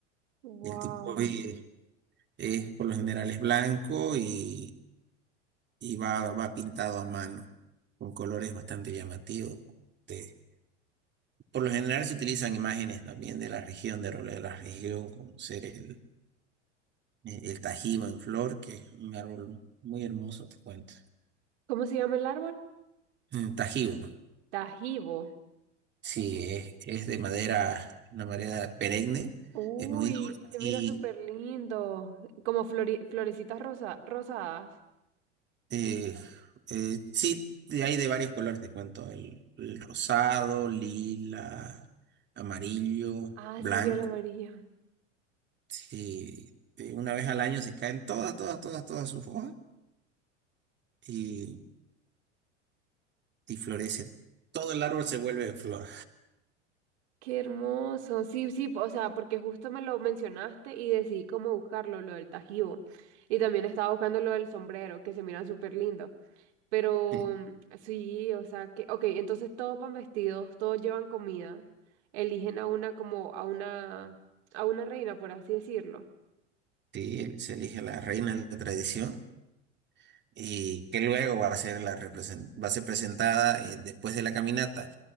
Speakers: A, on the right (about 60°); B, on the right (about 30°).
A: Wow.
B: El tipoy es, es, por lo general es blanco y, y va, va pintado a mano, con colores bastante llamativos. Te- por lo general se utilizan imágenes también de la región, de roles de la región, como ser el, el tajiba en flor, que es un árbol muy hermoso, te cuento.
A: ¿Cómo se llama el árbol?
B: Mm, Tajibo.
A: Tajibo.
B: Sí, es, es de madera, una madera perenne,
A: Uy,
B: es muy dura
A: se
B: y
A: mira súper lindo. Como flori- florecitas rosa rosadas.
B: eh, eh, sí, de- hay de varios colores, te cuento, el, el rosado, lila, amarillo,
A: Ah,
B: blanco.
A: sí, ve el amarillo.
B: Sí, eh, una vez al año se caen todas, todas, todas, todas sus hojas y, y florece. Todo el árbol se vuelve de flor.
A: Qué hermoso. Sí, sí, o sea, porque justo me lo mencionaste y decidí cómo buscarlo, lo del Tajibo. Y también estaba buscando lo del sombrero, que se miran súper lindos. Pero
B: Sí,
A: mm, sí, o sea, que, ok, entonces todos van vestidos, todos llevan comida. Eligen a una como a una a una reina, por así decirlo.
B: sí, se elige la reina de la tradición y que luego va a ser la represen- va a ser presentada eh, después de la caminata.